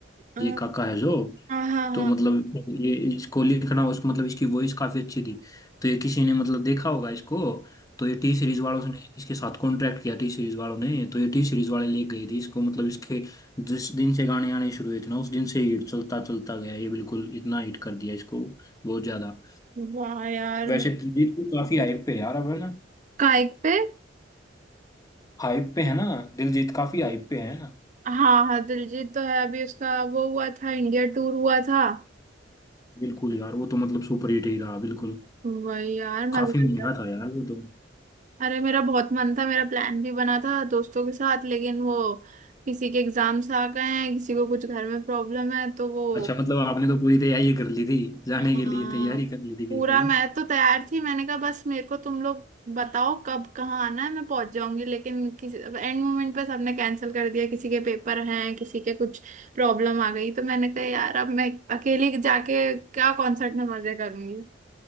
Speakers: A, on the right; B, on the left.
A: अ,
B: ये काका है जो
A: हाँ हाँ
B: तो
A: हाँ
B: मतलब ये इसको लिखना उस मतलब इसकी वॉइस काफी अच्छी थी तो ये किसी ने मतलब देखा होगा इसको तो ये टी सीरीज वालों ने इसके साथ कॉन्ट्रैक्ट किया टी सीरीज वालों ने तो ये टी सीरीज वाले ले गए थे इसको मतलब इसके जिस दिन से गाने आने शुरू हुए थे ना उस दिन से हिट चलता चलता गया ये बिल्कुल इतना हिट कर दिया इसको बहुत ज्यादा
A: वाह यार
B: वैसे
A: म-
B: दिलजीत भी काफी हाइप पे है यार अब है ना
A: काइक पे
B: हाइप पे है ना दिलजीत काफी हाइप पे है ना
A: हाँ हाँ दिलजीत तो है अभी उसका वो हुआ था इंडिया टूर हुआ था
B: बिल्कुल यार वो तो मतलब सुपर हिट ही रहा बिल्कुल
A: वही यार मजेदार
B: काफी महंगा था यार वो तो
A: अरे मेरा बहुत मन था मेरा प्लान भी बना था दोस्तों के साथ लेकिन वो किसी के एग्जाम्स आ गए हैं किसी को कुछ घर में प्रॉब्लम है तो वो
B: अच्छा मतलब आपने तो पूरी तैयारी कर ली थी जाने
A: हाँ
B: के लिए तैयारी कर ली थी
A: पूरा
B: बिल्कुल है
A: मैं तो तैयार थी मैंने कहा बस मेरे को तुम लोग बताओ कब कहाँ आना है मैं पहुंच जाऊंगी लेकिन किसी एंड मोमेंट पे सबने कैंसिल कर दिया किसी के पेपर हैं किसी के कुछ प्रॉब्लम आ गई तो मैंने कहा यार अब मैं अकेली जाके क्या कॉन्सर्ट में मजे करूंगी